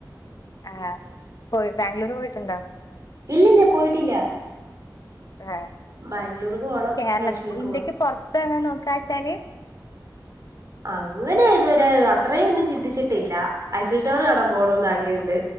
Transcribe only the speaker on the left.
ആഹ പോയി ബാംഗ്ലൂര് പോയിട്ടുണ്ടോ
ആ
കേരള
ഇന്ത്യക്ക്
പൊറത്ത് അങ്ങനെ നോക്ക ക്കാച്ചാല്